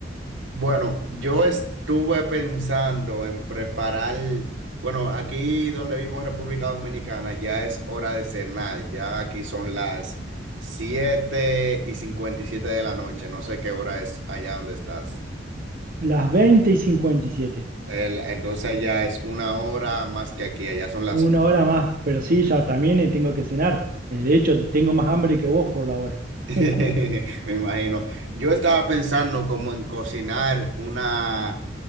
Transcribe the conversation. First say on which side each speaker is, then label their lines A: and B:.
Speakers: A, on the right; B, on the right.
A: Bueno, yo estuve pensando en preparar, bueno, aquí donde vivo en República Dominicana ya es hora de cenar, ya aquí son las 7 y 57 de la noche, no sé qué hora es allá donde estás.
B: Las 20 y 57.
A: El- entonces ya es una hora más que aquí, allá son las
B: Una hora más, pero sí, ya también eh, tengo que cenar. Eh, De hecho, tengo más hambre que vos por la hora.
A: <laughs>
B: <laughs>
A: Me imagino. Yo estaba pensando como en cocinar una